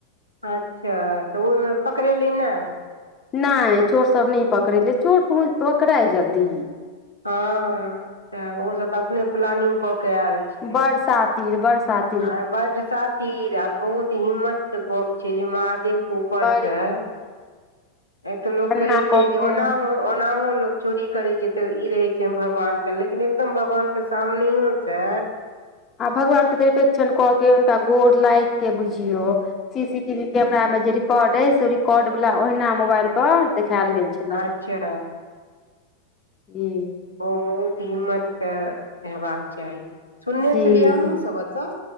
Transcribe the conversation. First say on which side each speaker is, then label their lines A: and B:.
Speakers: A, on the left; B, on the left.
A: अच्छा तऽ ओहिमे पकड़ेली ने
B: नहि चोर सब नहि पकड़ेले चोर को पकड़ा जल्दी
A: हँ स ओ सब तऽ अपने प्लानिंग क के आयल छी
B: बरसातीर बरसाात
A: आ बडसातीर आ बहुत हिम्मत के गप छै जे महादेव के ऊपर
B: बड़
A: से आ तऽ लोक
B: एना
A: कहैत छै
B: कऽ
A: जे
B: के
A: ओनाहु ओनाहु लोक चोरी करे छै ते इ रहे छै भगवान के लेकिन एकदम भगवान के सामनेयो से
B: आ भगवान के निपेक्षण कऽ के हुनका गोर लागि के बुझियौ सी सी टीवी कैमरा में जे रिकॉर्ड ए से रिकॉर्ड वालला ओहिना मोबाइल पर देखायल गेल छै
A: अच्छा
B: हुँ
A: ओ बहुत हिम्मतके हेबाक चाही सुनने
B: जी
A: चलि हमुसब एतऽ